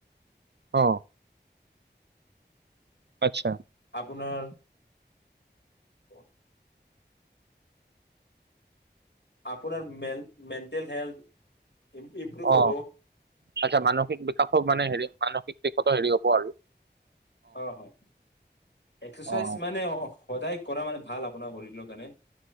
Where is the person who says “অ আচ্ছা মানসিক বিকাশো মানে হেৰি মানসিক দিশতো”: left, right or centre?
Right